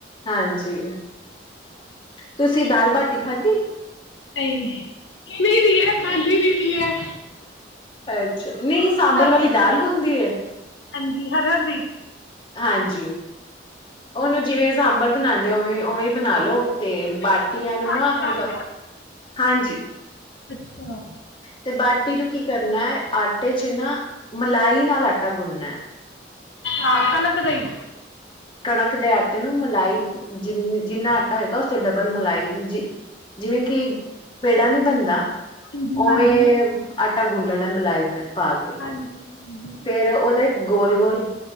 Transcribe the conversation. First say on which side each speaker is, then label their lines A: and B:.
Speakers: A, on the left (about 25°); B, on the left (about 80°).
A: ਹਾਂਜੀ ਤੁਸੀਂ ਦਾਲ ਬਾਟੀ ਖਾਦੀ।
B: ਨਹੀਂ ਨਹੀਂ ਕਿ ਦੀ ਹੈ ਖਾਂਦੀ ਦੀ ਹੈ
A: ਅੱਛਾ ਨਹੀਂ ਸਾਂਬਰ
B: ਹਾਨੂੰ
A: ਵਾਲੀ ਦਾਲ ਹੁੰਦੀ ਹੈ
B: ਹਾਂਜੀ ਹਰ ਹਰਦੀ
A: ਹਾਂਜੀ ਉਹਨੂੰ ਜਿਵੇਂ ਸਾਂਬਰ ਬਣਾਉਂਦੇ ਉਵੇਂ ਉਵੇਂ ਬਣਾ ਲਓ। ਤੇ
B: ਮਿਕਸ
A: ਬਾਟੀਆਂ
B: ਸਬਜ਼ੀ
A: ਨੂੰ
B: ਪਾ
A: ਨਾ
B: ਕੇ ਸਾਰੀਆਂ
A: ਮਤਲਬ ਹਾਂਜੀ
B: ਅੱਛਾ
A: ਤੇ ਬਾਟੀ ਨੂੰ ਕੀ ਕਰਨਾ ਹੈ ਆਟੇ ' ਚ ਨਾ ਮਲਾਈ ਨਾਲ ਆਟਾ ਗੁੰਨਨਾ ਹੈ।
B: ਅੱਛਾ ਕਨਕ ਦਾਈ
A: ਕਣਕ ਦੇ ਆਟੇ ਨੂੰ ਮਲਾਈ ਜਿੰ ਜਿੰਨਾ ਆਟਾ ਹੈਏਗਾ ਉਸ ਤੋਂ ਡਬਲ ਮਲਾਈ ਜਿਵੇਂ ਕਿ ਪੇੜਾ ਨੀ ਬਣਦਾ।
B: ਹਾਂਜੀ
A: ਉਵੇਂ
B: ਹਾਂਜੀ
A: ਅ ਗੁਨ ਲੈਣਾ ਮਿਲਾਈ ਨੇ ਪਾ ਕੇ
B: ਹਾਂਜੀ ਹਾਂਜੀ
A: ਫੇਰ ਉਹਦੇ ਗੋਲ ਗੋਲ